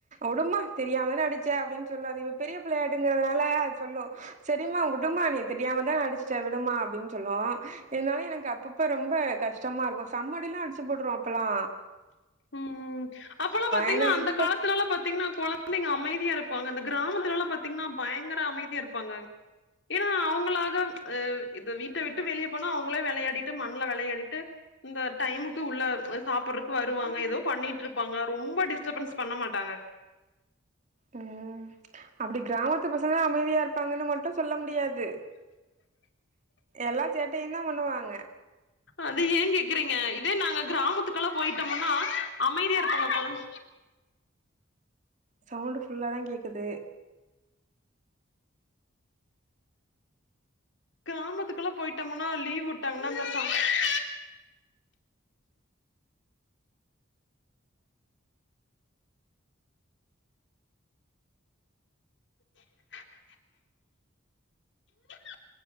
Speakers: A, on the right; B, on the left.
A: உடுமா தெரியாமதான அடிச்ச அப்டின் சொல்லு அது இப்ப பெரிய பிள்ளையாய்ட்டுங்கறனால சொல்லு சரிம்மா உடுமா தெரியாமதான அடிச்சுட்ட விடுமா அப்டின் சொல்லு இருந்தாலு எனக்கு அப்பப்ப ரொம்ப கஷ் கஷ்டமா இருக்கு சம்ம அடில்லா அடிச்சு போட்ருவ அப்பல்லா
B: ம் ம் அப்பல்லா பாத்தீங்கன்னா
A: எனக்கு
B: அந்த
A: இப்ப
B: காலத்துலலா பாத்தீங்கன்னா கொழ குழந்தைங்க அமைதியா இருப்பாங்க இந்த கிராமத்துல எல்லா பாத்தீங்கன்னா பயங்கர அமைதியா இருப்பாங்க ஏன்னா அவங்களாக அ இத வீட்ட விட்டு வெளிய போனா அவங்களே வெளையாடிட்டு மண்ல வெளையாடிட்டு இந்த டைமுக்கு உள்ள சாப்பட்றக்கு வர் வருவாங்க ஏதோ பண்ணிட்ருப்பாங்க ரொம்ப டிஸ்டர்பன்ஸ் பண்ண மாட்டாங்க
A: ம் அப்டி கிராமத்து பசங்காதா அமைதியா இரு ப்பாங்கனு மட்டு சொல்ல முடியாது எல்லா சேட்டையுதா பண்ணுவாங்க
B: அது ஏ கேக்குறீங்க இதே நாங்க கிராமத்துக்கெல்லா போயிட்டமுனா அமைதியா இருப்பாங்க கொழந்
A: சவுண்டு ஃபுல்லாதா கேக்குது
B: கிராமத்துக்கெல்லா போயிட்டோம்னா லீவ் விட்டாங்கன்னா இந்த <inaudible> <inaudible>